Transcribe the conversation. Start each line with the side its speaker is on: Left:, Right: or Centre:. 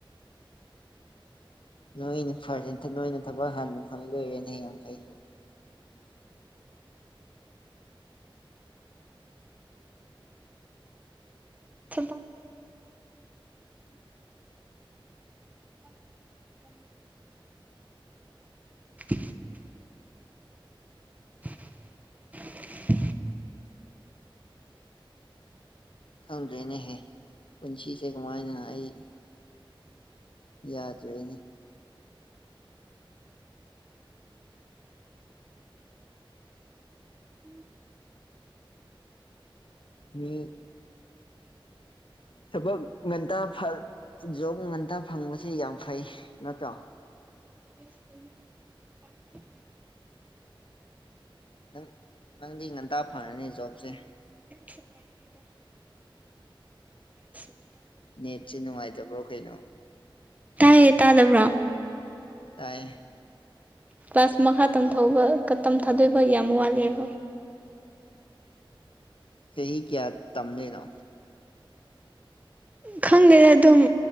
Left: ꯅꯣꯏꯅ ꯐꯖꯇ ꯅꯣꯏꯅ ꯊꯕꯛ ꯍꯥꯟꯅ ꯐꯪꯗꯣꯏꯔꯦꯅ ꯌꯥꯝ ꯐꯩ
Right: ꯊꯕꯛ <inaudible> <inaudible> <inaudible>
Left: ꯈꯪꯗ꯭ꯔꯦꯅꯦꯍꯦ ꯄꯨꯟꯁꯤꯁꯦ ꯀꯃꯥꯏꯅ ꯑꯩ ꯌꯥꯗ꯭ꯔꯦꯅꯦ ꯃꯤ ꯊꯕꯛ ꯉꯟꯇ ꯐ ꯖꯣꯕ ꯉꯟꯇ ꯐꯪꯕꯁꯦ ꯌꯥꯝ ꯐꯩ ꯅꯠꯇꯣ
Right: <inaudible>
Left: ꯅꯪ ꯅꯪꯗꯤ ꯉꯟꯇꯥ ꯐꯔꯅꯤ ꯖꯣꯕꯁꯦ
Right: <inaudible>
Left: ꯅꯦꯠꯁꯦ ꯅꯨꯡꯉꯥꯏꯇꯕ꯭ꯔꯣ ꯀꯩꯅꯣ
Right: ꯇꯥꯏꯌꯦ ꯇꯥꯗꯕ꯭ꯔꯥ
Left: ꯇꯥꯏꯌꯦ
Right: ꯀ꯭ꯂꯥꯁ ꯃꯈꯥ ꯇꯝ ꯊꯧꯕ ꯇꯝ ꯊꯥꯗꯣꯏꯕ ꯌꯥꯝ ꯋꯥꯠꯂꯦꯕ
Left: ꯆꯍꯤ ꯀꯌꯥ ꯇꯝꯗꯅꯣ
Right: ꯈꯪꯗꯦ ꯑꯗꯨꯝ